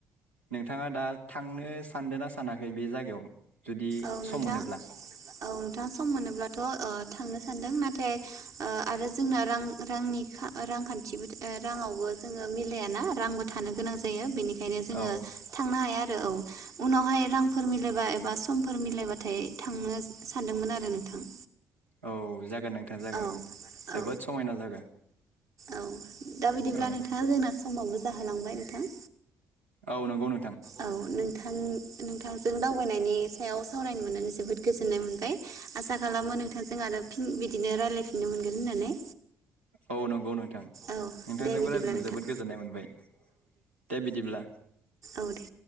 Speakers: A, on the right (about 85°); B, on the right (about 50°).
A: नोंथाङा दा थांनो सानदों ना सानाखै बे जायगायाव जुदि
B: औ नोंथां
A: सम मोनोब्ला
B: औ नोंथां सम मोनोब्लाथ' थांनोसै सान्दों नाथाय आरो जोंना रां रांनि रांखान्थिबो राङावबो जोङो मिलायाना रांबो थानो गोनां जायो बेनिखाय बेखायनो जोंङो
A: औ
B: थांनो हाया आरो औ उनावहाय रांफोर मिलायबा एबा सम फोर मिलायबाथाय थांनो सानदोंमोन आरो नोंथां
A: औ जागोन नोंथा जागोन
B: औ
A: जोबोद
B: औ
A: समायना जायगा
B: औ दा बिदिब्ला
A: औ
B: नोंथां जोंना समावबो जाहोलांबाय नोंथां
A: औ नंगौ नोंथां
B: औ <inaudible> नोंथांजों दावबायनायनि सायाव सावरायनो मोननानै जोबोद गोजोननाय मोनबाय आसा खालामो नोंथांजों आरो फिन बिदिनो रायज्लायफिननो मोनगोन होननानै
A: औ नंगौ नों नोंथां
B: औ
A: नोंथांजोंबो
B: दे बिदिब्ला
A: रायजल्लायनानै
B: नोंथां
A: जोबोद गोजोननाय मोनबाय दे बिदिब्ला।
B: औ दे।